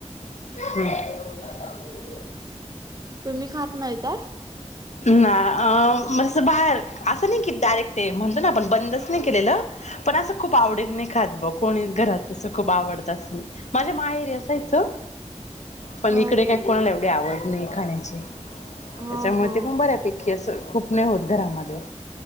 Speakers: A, on the left; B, on the right.
A: हम्म!
B: तुम्ही खात नाही का?
A: ना म बाहेर असं नाही कि डायरेक्ट ते म्हणतो ना. पण बंदच नाही केलेलं पण असं खूप आवडेल नाही खात ब कोणी घरात तस खूप आवडत. माझ्या माहेरी असायचं पण
B: हा
A: इकडे
B: हा
A: काही कोणाला एवढे आवड नाही. खाण्या
B: हा
A: त्याच्यामुळे
B: हा
A: ते पण बऱ्यापैकी अस खूप नाही होत घरामध्ये.